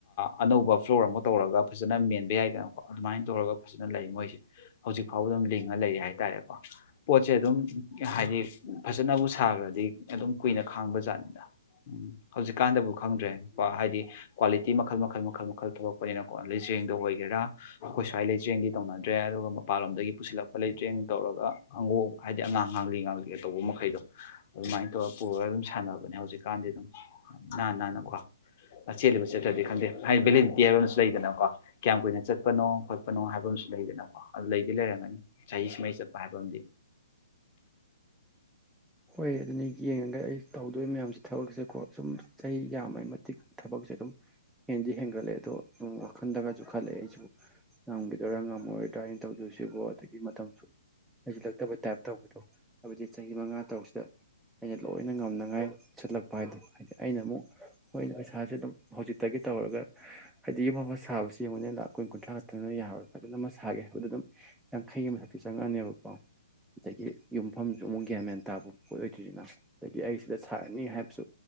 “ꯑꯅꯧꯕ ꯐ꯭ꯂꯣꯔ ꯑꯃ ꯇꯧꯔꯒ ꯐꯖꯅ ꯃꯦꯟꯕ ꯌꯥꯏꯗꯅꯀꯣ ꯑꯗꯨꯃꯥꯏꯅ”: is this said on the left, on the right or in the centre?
Left